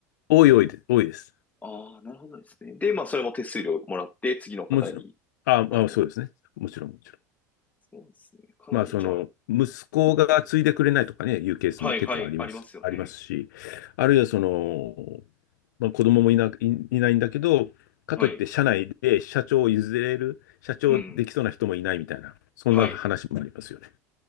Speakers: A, on the left (about 85°); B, on the left (about 15°).
A: 多い多いです。多いです。
B: ああ、なるほどですね。で、まあ、それも手数料もらって、次の方に。
A: もちろん。あ、
B: あ、
A: まあ、
B: なるほど。
A: そうですね。もちろん、もちろん。
B: そうですね。かなり、
A: まあ、その、
B: じゃあ、
A: 息子が継いでくれないとかね、いうケースも結構あります、
B: はいはい、ありますよね。
A: ありますし、あるいはその、まあ、子供もいな、い、いないんだけど、かといって社内で社長を譲れる、
B: はい。
A: 社長できそうな人もいないみたいな、
B: うん。
A: そんな話もありますよね。
B: はい。